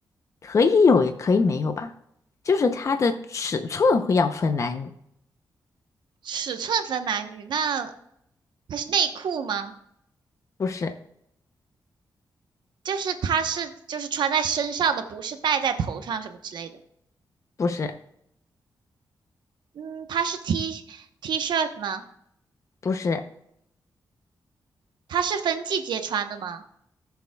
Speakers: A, on the left (about 45°); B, on the right (about 80°).
A: 可以有，也可以没有吧。就是它的尺寸会要分男女，
B: 尺寸分男女，那它是内裤吗？
A: 不是，
B: 就是它是就是穿在身上的，不是戴在头上什么之类的。
A: 不是，
B: 嗯，它是 T T 恤吗？
A: 不是，
B: 它是分季节穿的吗？